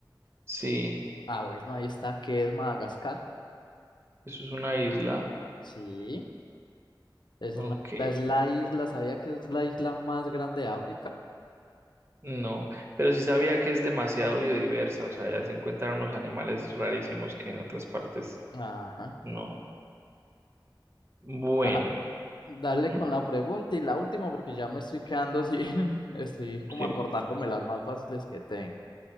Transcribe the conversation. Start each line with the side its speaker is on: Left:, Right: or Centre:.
Right: sí,
Left: Ah, bueno, ahí está. ¿Qué es Madagascar?
Right: eso es una isla.
Left: Sí, es
Right: Ok.
Left: una isla, es la isla, ¿sabía que es la isla más grande de África?
Right: No, pero sí sabía que es demasiado biodiversa, o sea, allá se encuentran unos animales rarísimos que en otras partes
Left: Ajá.
Right: no. Bueno,
Left: Ajá. Dale
Right: ¿m?
Left: con la pregunta y la última porque ya me estoy quedando sin, <laughs> estoy como
Right: sí,
Left: acordándome las más fáciles que tengo.